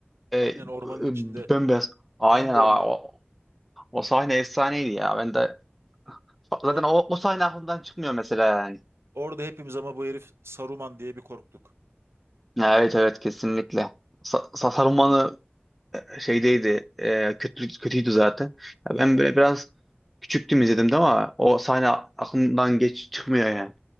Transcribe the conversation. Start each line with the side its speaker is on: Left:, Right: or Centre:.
Centre: e,
Right: Aynen
Centre: e,
Right: ormanın içinde,
Centre: bembeyaz. Aynen
Right: Fangorn'da.
Centre: abi, o, o sahne efsaneydi ya. Ben de
Right: Or-
Centre: Zaten o, o sahne aklımdan çıkmıyor mesela yani.
Right: orada hepimiz ama bu herif Saruman diye bir korktuk.
Centre: Ya Evet evet kesinlikle. Sa Sa- Saruman'ı şeydeydi. E, kötü, kötüydü zaten. Ya
Right: Aynen.
Centre: ben böyle biraz küçüktüm izledim de ama o sahne aklımdan geç çıkmıyor yani.